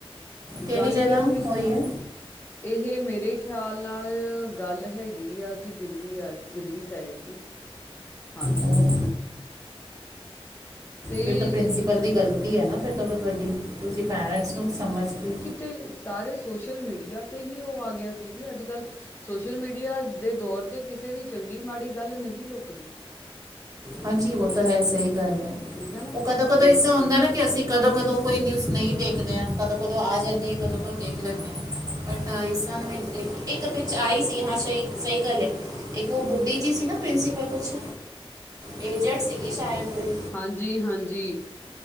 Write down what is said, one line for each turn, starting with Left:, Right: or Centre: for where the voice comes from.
Right: ਕਿਹੜੀ
Left: ਗੱਲ
Right: ਜਗ੍ਹਾ
Left: ਕਿਸ ਪਿੱਛੇ?
Right: ਹੋਈ ਹੈ
Left: ਇਹੇ ਮੇਰੇ ਖਿਆਲ ਨਾਲ ਗੱਲ ਹੈਗੀ ਆ ਜੀ, ਦਿੱਲੀ ਅੱਲ, ਦਿੱਲੀ ਸਾਈਡ ਦੀ। ਹਾਂਜੀ।
Right: ਉਹ
Left: ਤੇ
Right: ਫਿਰ ਤਾਂ ਪ੍ਰਿੰਸੀਪਲ ਦੀ ਗਲਤੀ ਹੈ ਨਾ ਫਿਰ ਤੋਂ ਬਹੁਤ ਵੱਡੀ, ਤੁਸੀਂ ਪੈਰੈਂਟਸ ਨੂੰ ਸਮਝ ਕੀ
Left: ਤੇ ਸਾਰੇ ਸੋਸ਼ਲ ਮੀਡੀਆ ਤੇ ਹੀ ਉਹ ਆ ਗਿਆ ਸੀ ਜੀ ਅੱਜ ਕੱਲ੍ਹ ਸੋਸ਼ਲ ਮੀਡੀਆ ਦੇ ਦੌਰ ਤੇ ਕਿਸੇ ਦੀ ਚੰਗੀ ਮਾੜੀ ਗੱਲ ਨਹੀਂ ਲੁਕਦੀ।
Right: ਹਾਂਜੀ, ਵੋਹ ਤੋ ਹੈ, ਸਹੀ ਗੱਲ ਹੈ
Left: ਠੀਕ ਹੈ ਨਾ
Right: ਉਹ ਕਦੋਂ ਕਦੋਂ
Left: ਸੋਸ਼ਲ
Right: ਇਸ ਤਰ੍ਹਾਂ ਹੁੰਦਾ
Left: ਮੀਡੀਆ
Right: ਨਾ ਕਿ ਅਸੀਂ ਕਦੋਂ ਕਦੋਂ ਕੋਈ ਨਿਊਜ਼ ਨਹੀਂ ਦੇਖਦੇ ਆ ਕਦੋਂ ਕਦੋਂ ਆ ਜਾਂਦੀ ਹੈ ਕਦੋਂ ਕਦੋਂ ਦੇਖ ਲੈਂਦੇ ਆ ਬਟ ਆਈ ਸਾਮਨੇ ਇੱਕ ਵਿੱਚ ਆਈ ਸੀ ਹਾਂ ਸਹੀ ਸਹੀ ਗੱਲ ਹੈ ਇੱਕ ਉਹ ਬੁੱਢੀ ਜੀ ਸੀ ਨਾ ਪ੍ਰਿੰਸੀਪਲ ਕੁਛ ਏਜੰਟ ਸੀਗੀ ਸ਼ਾਇਦ ਕੋਈ
Left: ਹਾਂਜੀ ਹਾਂਜੀ